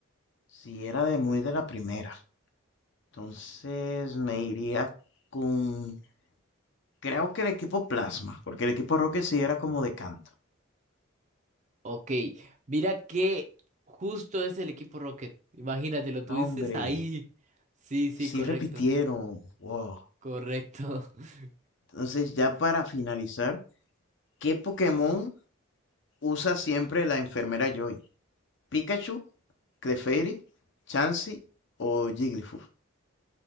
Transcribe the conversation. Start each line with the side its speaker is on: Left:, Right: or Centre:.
Left: sí era de muy de la primera. Entonces me iría con... Creo que el equipo Plasma, porque el equipo Rocket sí era como de canto.
Right: Ok. Mira que justo es el equipo Rocket. Imagínate, lo tuviste
Left: No, hombre.
Right: ahí. Sí, sí,
Left: Sí
Right: correcto.
Left: repitieron. Wow.
Right: Correcto. <laughs>
Left: Entonces, ya para finalizar, ¿qué Pokémon usa siempre la enfermera Joy? ¿Pikachu, Clefairy, Chansey o Jigglypuff?